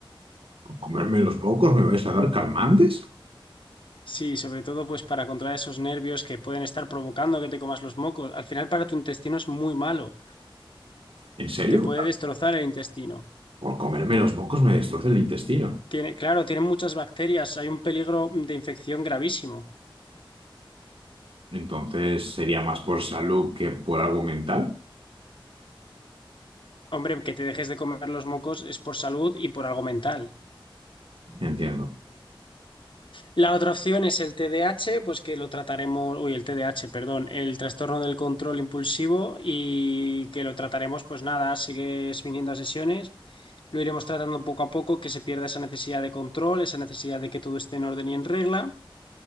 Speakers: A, on the right; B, on the left.
A: ¿Por comerme los mocos me vais a dar calmantes?
B: Sí, sobre todo pues para controlar esos nervios que pueden estar provocando que te comas los mocos. Al final para tu intestino es muy malo,
A: ¿En serio?
B: te puede
A: O sea,
B: destrozar el intestino.
A: Por comerme los mocos me destroza el intestino.
B: Tiene, claro, tiene muchas bacterias, hay un peligro de infección gravísimo.
A: Entonces sería más por salud que por algo mental,
B: Hombre, que te dejes de comer los mocos es por salud y por algo mental.
A: entiendo.
B: La otra opción es el TDAH, pues que lo trataremos, uy, el TDAH, perdón, el trastorno del control impulsivo y que lo trataremos, pues nada, sigues viniendo a sesiones, lo iremos tratando poco a poco, que se pierda esa necesidad de control, esa necesidad de que todo esté en orden y en regla.